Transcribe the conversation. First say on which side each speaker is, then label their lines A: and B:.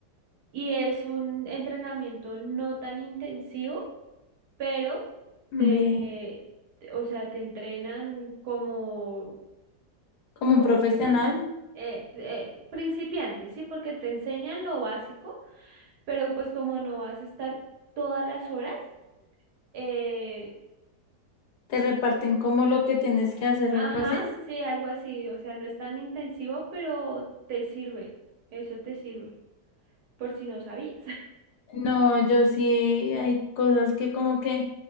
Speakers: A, on the right; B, on the left.
A: Y es un entrenamiento no tan intensivo, pero
B: Ve,
A: te, te- o sea, te entrenan como,
B: como
A: como
B: un profesional,
A: eh, eh, principiante, ¿sí? Porque te enseñan lo básico, pero pues como no vas a estar todas las horas, eh,
B: te reparten como lo que tienes que hacer o algo
A: ajá,
B: así.
A: sí, algo así, o sea, no es tan intensivo, pero te sirve, eso te sirve, por si no sabías,
B: No, yo sí hay cosas que como que